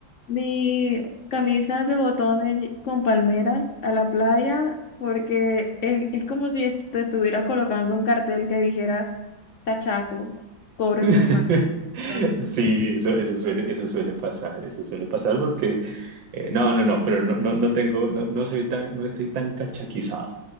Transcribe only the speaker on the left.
ni camisas de botones y- con palmeras a la playa porque es, es como si est- te estuvieras colocando un cartel que dijera, cachaco, cóbrenme
más. Entonces,